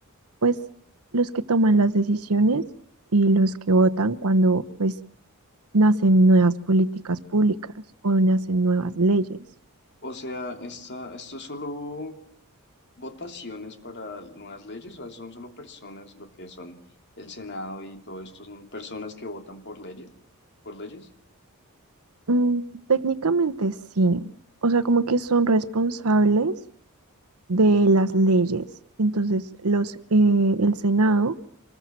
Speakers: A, on the right; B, on the left.
A: pues los que toman las decisiones y los que votan cuando pues nacen nuevas políticas públicas o nacen nuevas leyes.
B: O sea, esta, esto es solo votaciones para nuevas leyes, o sea, son solo personas, lo que son el Senado y todo esto, son personas que votan por leyes, por leyes.
A: Mm, técnicamente sí, o sea, como que son responsables de las leyes. Entonces, los, eh, el Senado